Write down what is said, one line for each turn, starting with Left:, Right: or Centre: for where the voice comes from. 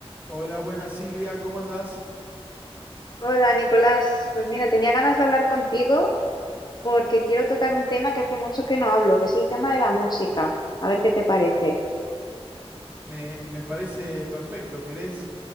Right: Hola, buenas Silvia, ¿cómo andás?
Left: Hola Nicolás, pues mira, tenía ganas de hablar contigo porque quiero tocar un tema que hace mucho que no hablo, que es el tema de la música. A ver qué te parece.
Right: Me, me parece perfecto. ¿Querés